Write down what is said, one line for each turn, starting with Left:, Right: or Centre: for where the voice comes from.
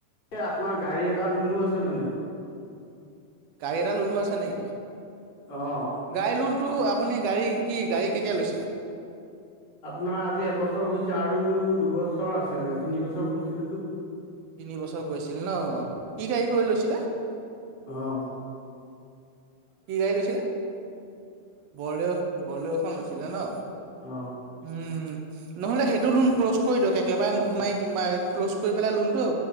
Left: এ আপোনাৰ গাড়ী এটা লুনো আছে মানে।
Right: গাড়ী এটা লুনু আছে নেকি?
Left: অ'।
Right: গাড়ী লোনতটো আপুনি গাড়ী কি গাড়ী কেতিয়া লৈছিলে‌?
Left: আপোনাৰ আজি এবছৰ হৈছে আৰু দুবছৰ আছে মানে তিন বছৰ কৰিছিলোতো।
Right: তিনি বছৰ গৈছিল ন। কি গাড়ী কৰি লৈছিলে?
Left: অঁ।
Right: কি গাড়ী লৈছিলে বলেৰো বলেৰুখন লৈছিলে ন?
Left: অ',
Right: উম নহলে সেইটো লোন ক্ৰলজ কৰি দিয়ক একেবাৰে। মাৰ কি ক্ল'জ কৰি পেলাই লোনটো